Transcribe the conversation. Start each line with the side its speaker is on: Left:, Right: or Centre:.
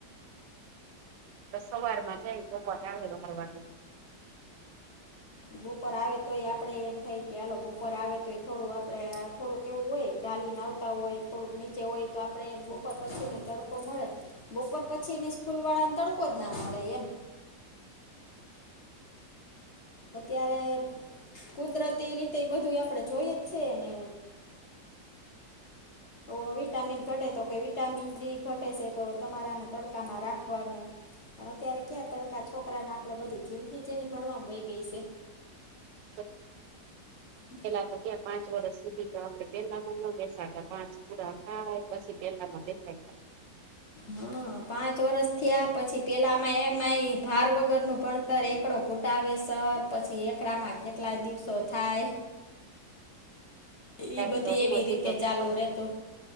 Right: સવારમાં જાય બપોરે આવે બાર વાગે
Left: બપોર આવે તોય આપડે એમ થાય કે આાલો બપોર આવે તોય થોડું આપડે થોડું કેવું હોય ચાલી ના આવ હોય થોડુંક નીચે હોય તો આપણે બપોર પછીનો તડકો મળે બપોર પછીની સ્કૂલ વાળા ને તડકો જ ના મળે એમ અત્યારે કુદરતી રીતે એ બધું આપણે જોઈએ જ છે ને હો વિટામિન ઘટે તો કે વિટામિન ડી ઘટે છે તો તમારે આને તડકામાં રાખવાનું પણ અત્યારે ક્યાં તડકા છોકરાને આપડે બધી જિંદગી જેની ભણવાવામાં વય ગઈ છે
Right: હમ
Left: <inaudible>
Right: પેલા તો ક્યાં પાંચ વર્ષ સુધી તો આપડે પેહલામાં ન બેસાતા પાંચ પુરા થાય પછી પહેલામા બેસાડતા
Left: હા પાંચ વર્ષ થયા પછી પેલા એમાય માય ભાર વગર નું ભણતર એકડો ઘૂટાવે સર પછી એકડા માં કેટલાય દિવસો થાય
Right: ત્યારે
Left: ઈ બધી
Right: તો હું
Left: એવી રીતે
Right: હજી તો
Left: ચાલુ રહેતું